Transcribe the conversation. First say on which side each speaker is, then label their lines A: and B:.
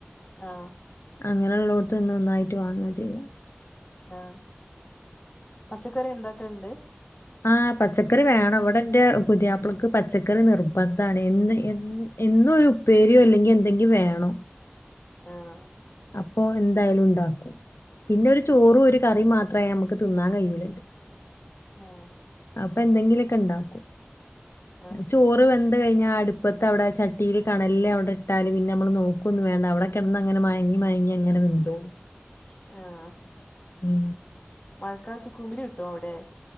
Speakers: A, on the left (about 30°); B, on the left (about 80°).
A: ആഹ്
B: അങ്ങനെള്ളോട്ത്ത് ന്ന് നന്നായിട്ട് വാങ്ങ ചെയ്യാ.
A: ആഹ് പച്ചക്കറി ഇണ്ടാക്കൽണ്ട്?
B: ആഹ് പച്ചക്കറി വേണം ഇവടെ ന്റെ പുതിയാപ്പളക്ക് പച്ചക്കറി നിർബന്ധാണ് എന്ന് എ എന്നും ഒരു ഉപ്പേരിയോ എല്ലെങ്കി എന്തെങ്കി വേണം.
A: ആഹ്
B: അപ്പോ എന്തായാലും ണ്ടാക്കും പിന്നെ ഒരു ചോറും ഒരു കറിം മാത്രായ നമ്മക്ക് തിന്നാൻ കഴിയൂലല്ലോ.
A: ആഹ്
B: അപ്പ എന്തെങ്കിലൊക്കെണ്ടാക്കും.
A: ആഹ്
B: ചോറ് വെന്ത്‌ കഴിഞ്ഞാ അടുപ്പത്തെ അഒടെ ചട്ടീൽ കണല്ല് അഒടെ ഇട്ടാലും പിന്നെ നമ്മൾ നോക്കൊന്ന വേണ്ട അഒടെ കെടന്ന്ങ്ങനെ മയങ്ങി മയങ്ങി അങ്ങനെ വെന്തോളും.
A: ആഹ്
B: മ്
A: മഴക്കാലത്ത് കുമിലി കിട്ടോ അഒടെ?